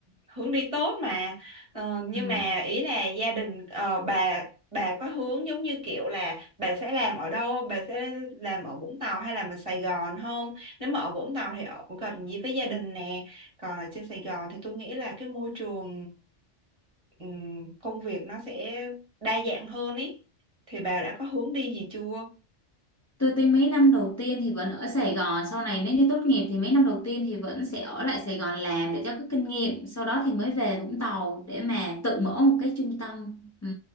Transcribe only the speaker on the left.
Ừ.
Tôi thấy mấy năm đầu tiên thì vẫn ở Sài Gòn, sau này nếu như tốt nghiệp thì mấy năm đầu tiên thì vẫn sẽ ở lại Sài Gòn làm để cho có kinh nghiệm, sau đó thì mới về Vũng Tàu để mà tự mở một cái trung tâm. Ừ.